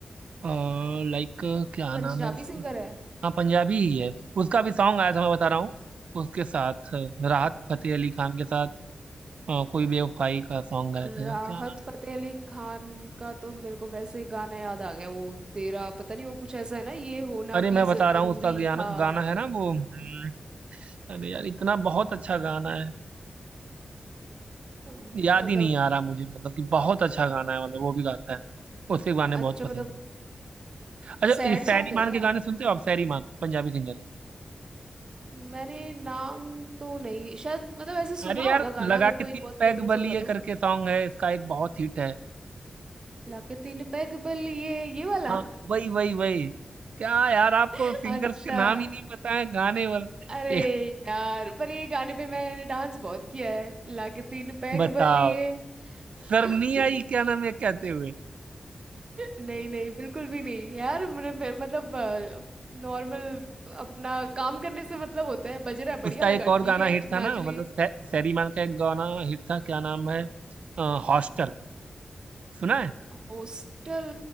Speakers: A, on the right; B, on the right.
A: लाइक क्या नाम
B: पंजाबी
A: है उसका
B: सिंगर है
A: हाँ पंजाबी ही है उसका भी सॉन्ग आया था मैं बता रहा हूँ उसके साथ अ, राहत फतेह अली खान के साथ अ, कोई बेवफाई का सॉन्ग आया
B: राहत
A: था यार क्या नाम
B: फतेह अली खान का तो मेरे को वैसे गाना याद आ गया वो तेरा पता नहीं वो कुछ ऐसा है ना ये होना
A: अरे मैं
B: भी
A: बता
B: जरूरी
A: रहा हूँ उसका गाना
B: था
A: गाना है ना वो हम्म, अरे यार इतना बहुत अच्छा गाना है
B: अम,
A: याद
B: मतलब
A: ही नहीं आ रहा मुझे मतलब कि बहुत अच्छा गाना है मतलब वो भी गाता है उसके गाने
B: अच्छा
A: बहुत पसंद
B: मतलब
A: है अच्छा
B: सैड
A: ये सैरी
B: सॉन्ग है
A: मान
B: क्या
A: के गाने सुनते हो आप सैरी मान पंजाबी सिंगर है।
B: मैंने नाम तो नहीं शायद मतलब ऐसे सुना
A: अरे यार
B: होगा
A: लगा
B: गाना अगर
A: के
B: कोई
A: तीन
B: बहुत
A: पैग
B: फेमस
A: बलिए
B: होगा
A: करके
B: तो
A: सॉन्ग है इसका एक बहुत हिट है
B: लाके तीन पैग बलिए ये वाला
A: हाँ वही वही वही क्या यार आपको
B: <laughs>
A: सिंगर्स
B: अच्छा
A: के नाम ही नहीं पता है गाने वाल
B: अरे
A: एक
B: यार पर ये गाने पे मैंने डांस बहुत किया है लाके तीन पैग
A: बताओ
B: बल्लिए
A: शर्म
B: <laughs>
A: नहीं आई क्या नाम है कहते हुए
B: नहीं नहीं बिल्कुल भी नहीं यार मेरे, मेरे, मतलब नॉर्मल अपना काम करने से मतलब होता है बज रहा है
A: उसका
B: बढ़िया लगा
A: एक और
B: ठीक
A: गाना
B: है
A: हिट था
B: नाच
A: ना
B: लिए
A: मतलब सै, सैरीमान का एक गाना हिट था क्या नाम है हॉस्टल सुना है
B: हॉस्टल